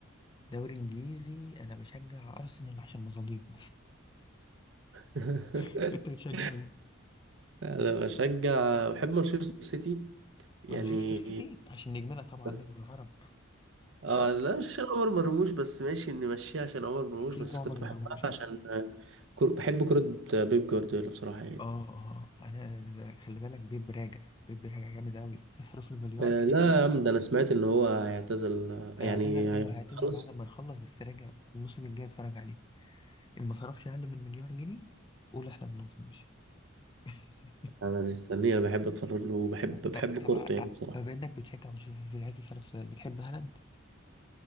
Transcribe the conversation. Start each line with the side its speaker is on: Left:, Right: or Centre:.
Left: دوري انجليزي انا بشجع ارسنال عشان مظاليم
Right: <laughs>
Left: <laughs> انت بتشجع مين
Right: انا بشجع بحب مانشستر سيتي يعني
Left: مانشستر سيتي عشان نجمنا طبعا
Right: بس
Left: نجم العرب
Right: اه
Left: صح؟
Right: لا مش عشان عمر مرموش بس ماشي اني ماشيه عشان عمر مرموش
Left: كينج
Right: بس
Left: عمر
Right: كنت
Left: مرموش
Right: بحبها عشان آه، كر... بحب كرة آه، بيب جوارديولا بصراحة يعني
Left: اه اه انا أنا ب- خلي بالك بيب راجع بيب راجع جامد قوي هيصرف له مليار
Right: آه
Left: كده
Right: لا يا عم ده انا سمعت ان هو هيعتزل آه،
Left: هيعتزل
Right: يعني هيخلص
Left: ايوه هيعتزل بعد ما يخلص بس راجع الموسم الجاي اتفرج عليه ان ما صرفش اقل من مليار جنيه قول احنا ما بنفهمش <laughs>
Right: انا مستنيه انا بحب اتفرج له وبحب بحب
Left: طب
Right: كورته
Left: طب آه،
Right: يعني بصراحة
Left: بما انك بتشجع مانشستر سيتي عايز اسالك سؤال بتحب هالاند